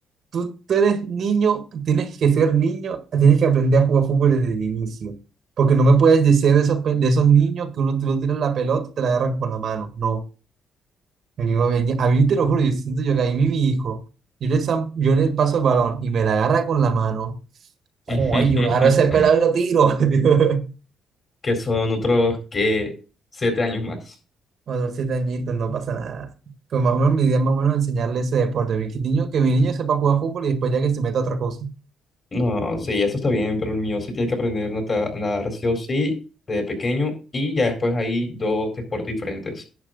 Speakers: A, on the right; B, on the left.
A: tú, tú eres niño, tienes que ser niño, tienes que aprender a jugar fútbol desde el inicio. Porque no me puedes decir de esos, pe- de esos niños que uno tú tiras la pelota y te la agarran con la mano. No. A mí, me venía- a mí te lo juro, yo siento yo que ahí mi, mi hijo, yo le, zam- yo le paso el balón y me la agarra con la mano. Joder,
B: <laughs>
A: yo agarro ese pelado y lo tiro. <laughs>
B: que son otros que siete años más.
A: O los siete añitos, no pasa nada. Pues más o menos mi idea es más o menos enseñarle ese deporte. Mi niño, que mi niño sepa jugar fútbol y después ya que se meta a otra cosa.
B: No, sí, eso está bien, pero el mío sí tiene que aprender nata- nadar sí o sí de pequeño y ya después hay dos deportes diferentes.